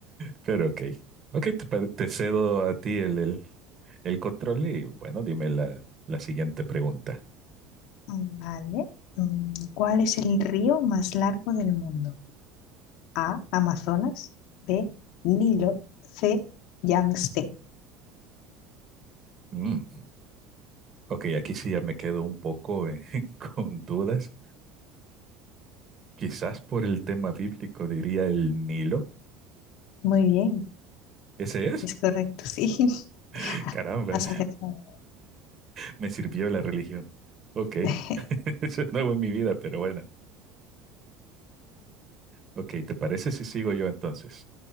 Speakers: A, on the right; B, on the left.
A: pero ok. Ok, te, pa- te cedo a ti el, el, el control y bueno, dime la, la siguiente pregunta.
B: vale. Mm, ¿Cuál es el río más largo del mundo? A, Amazonas, B, Nilo, C, Yangtze.
A: Mm, Ok, aquí sí ya me quedo un poco eh, <laughs> con dudas. Quizás por el tema bíblico diría el Nilo.
B: Muy bien,
A: ¿Ese es?
B: es correcto, sí.
A: <laughs>
B: <laughs>
A: Caramba,
B: Has acertado.
A: me sirvió la religión. Ok,
B: <laughs>
A: <laughs> eso es nuevo en mi vida, pero bueno. Ok, ¿te parece si sigo yo entonces?